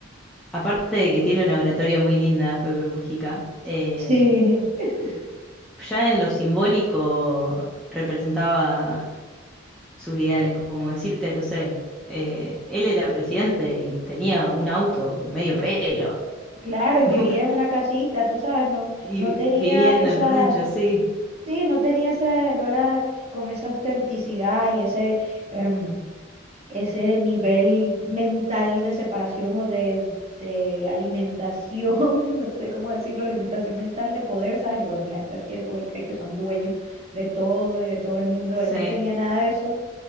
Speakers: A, in the centre; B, on the right.
A: aparte de que tiene una oratoria muy linda, Pepe Mujica, eh,
B: Sí. <laughs>
A: ya en lo simbólico representaba sus ideales, como decirte, no sé, eh, él era presidente y tenía un auto medio pelo
B: Claro, y vivía
A: <laughs>
B: en una casita, tú sabes, no,
A: y
B: no tenía
A: vivía en
B: esa,
A: el rancho, sí,
B: sí, no tenía ese, no era con esa autenticidad y ese, em, ese nivel mental de separación o de, de alimentación, <laughs> no sé cómo decirlo, alimentación mental de poder, ¿sabes? Que cuando la gente adquiere poder cree que son dueños de todo y de todo el mundo,
A: sí.
B: él no tenía nada de eso